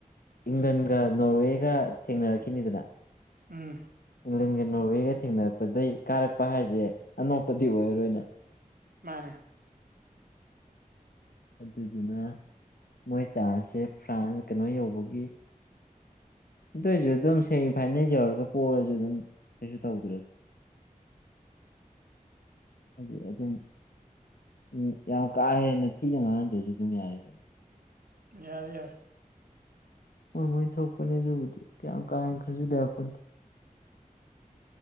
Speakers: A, on the left; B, on the right.
A: ꯏꯪꯂꯟꯒ ꯅꯣꯔꯋꯦꯒ ꯊꯦꯡꯅꯔꯛꯈꯤꯅꯤꯗꯅ
B: ꯎꯝ
A: ꯏꯪꯂꯦꯟꯒ ꯅꯣꯔꯋꯦꯒ ꯊꯦꯡꯅꯔꯛꯄꯗꯒꯤ ꯀꯥꯔꯛꯄ ꯍꯥꯏꯁꯦ ꯑꯅꯣꯞꯄꯗꯤ ꯑꯣꯏꯔꯔꯣꯏꯅ
B: ꯃꯥꯅꯦ
A: ꯑꯗꯨꯗꯨꯅ ꯃꯣꯏ ꯆꯥꯟꯔꯁꯦ ꯐ꯭ꯔꯥꯟ ꯀꯩꯅꯣ ꯌꯧꯕꯒꯤ ꯑꯗꯨꯏꯁꯨ ꯑꯗꯨꯝ ꯁꯦꯃꯤꯐꯥꯏꯅꯦꯜ ꯌꯧꯔꯒ ꯄꯔꯁꯨ ꯑꯗꯨꯝ ꯀꯩꯁꯨ ꯇꯧꯗ꯭ꯔ ꯍꯥꯏꯗꯤ ꯑꯗꯨꯝ ꯎꯝ ꯌꯥꯝ ꯀꯥ ꯍꯦꯟꯅ ꯊꯤꯅ ꯉꯥꯡꯅꯝꯗ꯭ꯔꯁꯨ ꯑꯗꯨꯝ ꯌꯥꯔꯦꯒꯅꯤ
B: ꯌꯥꯔꯦ ꯌꯥ
A: ꯍꯣꯏ ꯃꯣꯏ ꯊꯣꯛꯄꯅꯦꯑꯗꯨꯕꯨꯗꯤ ꯀꯌꯥꯝ ꯀꯥꯥꯏ ꯍꯦ ꯈꯥꯟꯖꯤꯟꯕ ꯌꯥꯄꫭꯟꯇꯦ